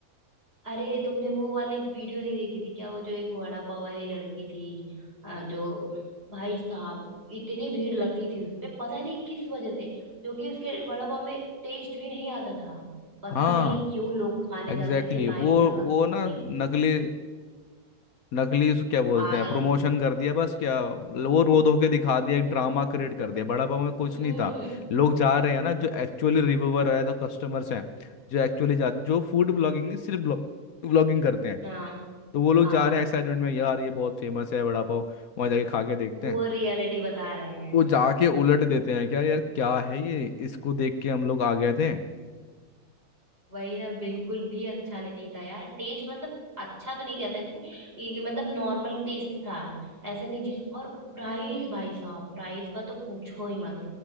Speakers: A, on the right; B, on the left.
A: अरे तुमने वो वाली वीडियो नहीं देखी थी क्या वो जो एक वड़ा पाव वाली लड़की थी अ, जो भाई साहब इतनी भीड़ लगती थी उस पे पता नहीं किस वजह से क्योंकि उसके वड़ा पाव में टेस्ट भी नहीं आता था पता
B: हाँ
A: नहीं क्यों लोग खाने
B: एग्जैक्टली
A: जाते थे लाइन
B: exactly. वो
A: लगा
B: वो
A: के वो
B: ना
A: भी
B: नकली नकली उसको क्या बोलते
A: पागल
B: हैं प्रमोशन कर दिया बस क्या वो रो धो के दिखा दिया एक ड्रामा क्रिएट कर दिया बड़ा पाव में कुछ
A: हम्म
B: नहीं था लोग जा रहे हैं ना जो एक्चुअली रिव्यूवर है तो कस्टमर्स हैं जो एक्चुअली जा जो फूड ब्लॉगिंग नहीं सिर्फ ब्लॉगिंग करते हैं
A: हाँ
B: तो वो लोग
A: हाँ
B: जा रहे हैं एक्साइटमेंट में यार ये बहुत फेमस है बड़ा पाव वहाँ जाके खा के देखते
A: वो
B: हैं
A: रियलिटी बता रहे हैं
B: वो जाके उलट देते हैं क्या यार क्या है ये इसको देख के हम लोग आ गए थे
A: वही ना बिल्कुल भी अच्छा नहीं था यार टेस्ट मतलब अच्छा तो नहीं कह सकते ये ये मतलब नॉर्मल टेस्ट था ऐसा नहीं जिस और प्राइस भाई साहब प्राइस का तो पूछो ही मत